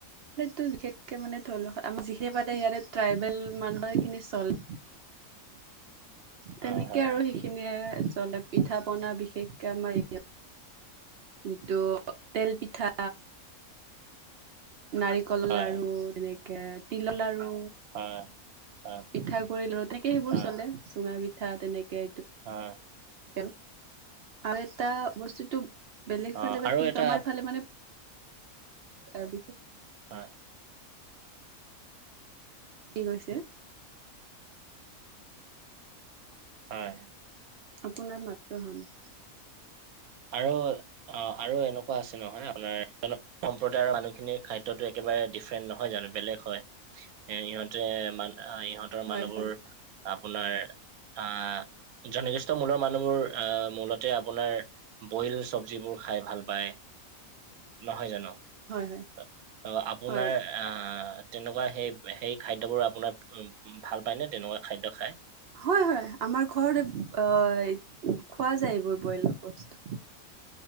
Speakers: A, on the right; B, on the right.
A: টো বিশেষকে মানে ধৰি লওঁ আমাৰ যিখিনি মানে ইয়াতে ট্ৰাইবেল মানুহৰ খিনি চল তেনেকে
B: হয়
A: আৰু সেইখিনিয়ে চলে পিঠা পনা বিশেষকে আমাৰ যিটো তেলপিঠা, নাৰিক কলৰ
B: হয়
A: লাৰু, তেনেকে তিলৰ লাৰু,
B: হয়। হয়
A: পিঠাগুড়ি তেনেকে সেইবোৰ
B: হয়
A: চলে চুঙা পিঠা তেনেকে
B: হয়
A: <unintelligible> আৰু এটা বস্তুটো বেলেগ
B: অ
A: ফালে বা
B: আৰু
A: কি
B: এটা
A: কয় আমাৰ ফালে মানে তাৰপিচত
B: হয়।
A: কি কৈছে?
B: হয়।
A: আপোনাৰ মাতটো অহা নাই।
B: আৰু অ আৰু এনেকুৱা আছে নহয় আপোনাৰ সম্প্ৰদায়ৰ মানুহখিনিৰ খাদ্যতো একেবাৰে ডিফাৰেন্ট নহয় জানো বেলেগ হয়। এ ইহঁতে মান আহ ইহঁতৰ
A: হয়
B: মানুহবোৰ
A: হয়
B: আপোনাৰ আহ জনগোষ্ঠীৰ মূলৰ মানুহবোৰ আহ মূলতে আপোনাৰ বইল চবজিবোৰ খাই ভাল পায় নহয় জানো।
A: হয়
B: ত আপোনাৰ
A: হয় হয়
B: তেনেকুৱা সেই সেই খাদ্যবোৰ আপোনাৰ ভাল পায়নে তেনেকুৱা খাদ্য খায়?
A: হয়, হয়, আমাৰ ঘৰত অ' খোৱা যায় এইবোৰ বইল বস্তু